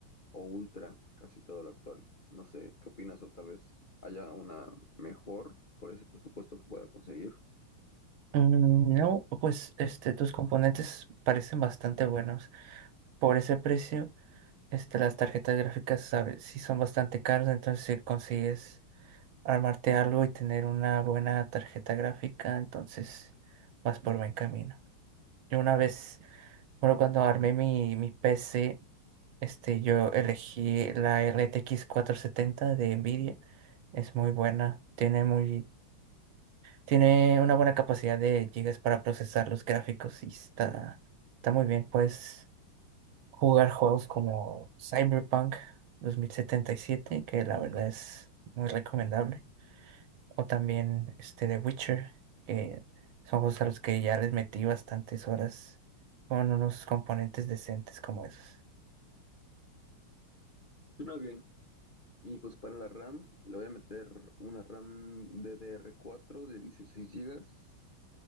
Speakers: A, on the left; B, on the right.
A: o ultra casi todo lo actual. No sé, ¿qué opinas? O tal vez haya una mejor por ese presupuesto que pueda conseguir.
B: Mm, no, pues este, tus componentes parecen bastante buenos. Por ese precio, este, las tarjetas gráficas, sabes, sí son bastante caras, entonces si consigues armarte algo y tener una buena tarjeta gráfica, entonces vas por buen camino. Yo una vez Bueno, cuando armé mi, mi PC, este, yo elegí la RTX setenta de Nvidia. Es muy buena, tiene muy, tiene una buena capacidad de gigas para procesar los gráficos y está, está muy bien. Puedes jugar juegos como Cyberpunk dos mil setenta y siete que la verdad es muy recomendable. O también este The Witcher, que son juegos a los que ya les metí bastantes horas con unos componentes decentes como esos.
A: Suena bien. Y pues para la RAM, le voy a meter una RAM DDR4 de 16 gigas